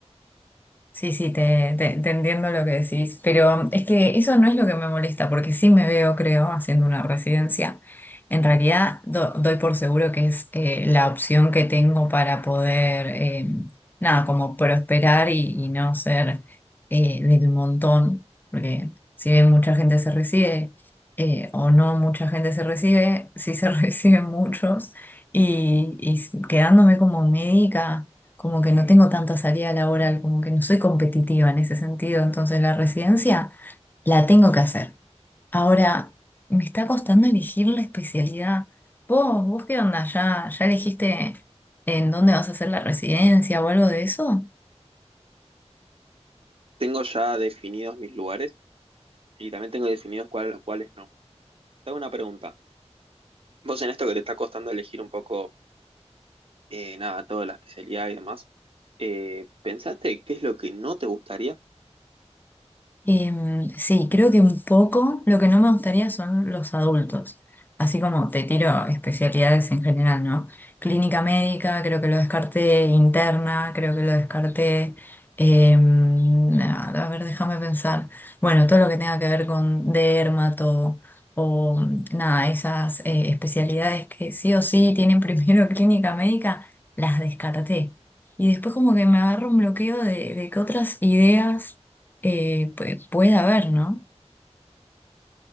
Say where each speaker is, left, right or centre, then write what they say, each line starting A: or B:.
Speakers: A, on the left; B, on the right.
A: Sí, sí, te, te- te entiendo lo que decís, pero es que eso no es lo que me molesta, porque sí me veo, creo, haciendo una residencia. En realidad, do- doy por seguro que es eh, la opción que tengo para poder, eh, nada, como prosperar y, y no ser eh, del montón, porque si bien mucha gente se recibe eh, o no mucha gente se recibe, sí se <laughs> reciben muchos y, y quedándome como médica como que no tengo tanta salida laboral, como que no soy competitiva en ese sentido, entonces la residencia la tengo que hacer. Ahora, me está costando elegir la especialidad. ¿Vos, vos qué onda? ¿Ya, ya elegiste en dónde vas a hacer la residencia o algo de eso?
B: Tengo ya definidos mis lugares y también tengo definidos cuál- cuáles no. Te hago una pregunta. Vos en esto que te está costando elegir un poco, eh, nada, toda la especialidad y demás, eh, ¿pensaste qué es lo que no te gustaría?
A: Em, sí, creo que un poco lo que no me gustaría son los adultos, así como te tiro especialidades en general, ¿no? Clínica médica, creo que lo descarté, interna, creo que lo descarté, em, a ver, déjame pensar, bueno, todo lo que tenga que ver con dermato o nada, esas eh, especialidades que sí o sí tienen primero <laughs> clínica médica, las descarté. Y después como que me agarro un bloqueo de, de que otras ideas eh, pu- puede haber, ¿no?